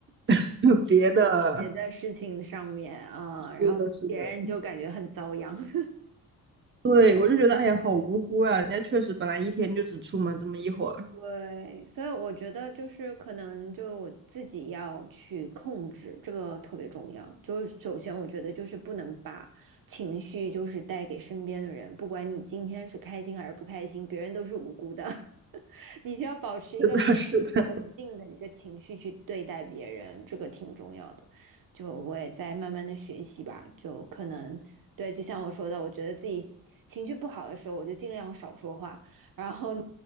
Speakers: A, on the right; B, on the right.
A: <laughs> 别的，
B: 别的事情上面啊，
A: 是的是的。
B: 然后别人就感觉很遭殃。<laughs>
A: 对，我就觉得，哎呀，好无辜啊！人家确实本来一天就只出门这么一会儿，
B: 对，所以我觉得就是可能就自己要去控制，这个特别重要。就是首先，我觉得就是不能把情绪就是带给身边的人，不管你今天是开心还是不开心，别人都是无辜的，<laughs> 你就要保持一个
A: <laughs> 是的，是的，
B: 稳定的一个情绪去对待别人，这个挺重要的。就我也在慢慢的学习吧，就可能对，就像我说的，我觉得自己情绪不好的时候，我就尽量少说话，然后呢